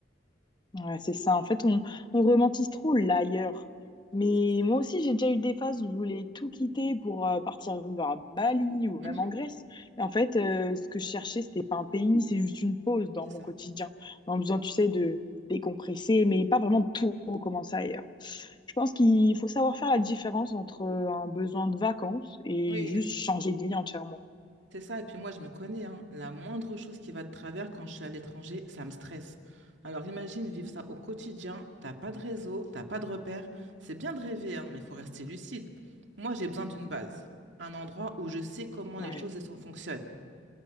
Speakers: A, on the left; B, on the right.
A: Ouais, c'est ça. En fait, on, on romantise trop l'ailleurs. Mais
B: C'est ça.
A: moi aussi, j'ai déjà eu des phases où je voulais tout quitter pour euh, partir vivre à Bali ou
B: Mhm,
A: même en Grèce. Et en fait, euh, ce que je cherchais, c'était pas un pays, c'est juste une pause dans
B: c'est
A: mon
B: ça.
A: quotidien. En besoin, tu sais, de décompresser, mais pas vraiment de tout recommencer ailleurs. Je pense qu'il faut savoir faire la différence entre euh, un besoin de vacances et
B: Oui.
A: juste changer de vie entièrement.
B: C'est ça, et puis moi je me connais, hein. La moindre chose qui va de travers quand je suis à l'étranger, ça me stresse. Alors imagine vivre ça au quotidien, t'as pas de réseau, t'as pas de repères. C'est bien de rêver, hein, mais il faut rester lucide. Moi j'ai besoin d'une base, un endroit où je sais comment les
A: Ouais.
B: choses et sont fonctionnent.